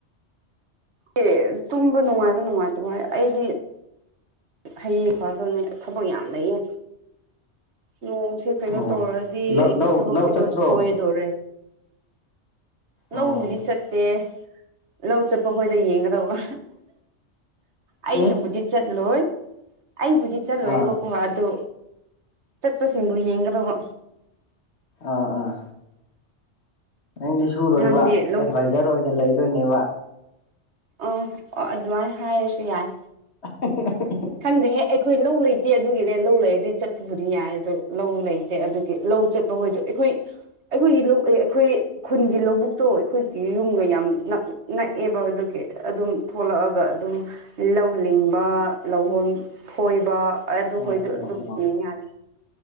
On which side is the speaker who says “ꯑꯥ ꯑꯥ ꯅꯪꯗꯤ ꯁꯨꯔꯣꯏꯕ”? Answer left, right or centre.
Left